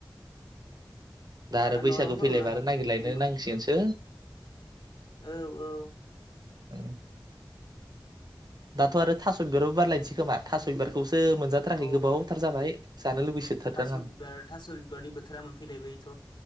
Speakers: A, on the right (about 60°); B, on the left (about 70°).
A: दा
B: दाना
A: आरो
B: न'
A: बैसागु
B: न'फोरावनो
A: फैलायबा
B: हा
A: आरो नागिरलायनो
B: दै
A: नांसिगोनसो
B: ओम औ औ
A: उम दाथ' आरो थास' बिबाराबबो बारलायनोसै खोमा थास' बिबारखौ सो मोनजाथाराखै
B: औ
A: गोबावथार जाबाय जानो लुुबैसोथारदों
B: थास'
A: आं
B: बिबार थास' बिबारनि बोथोरा मोनफैलायबायथ'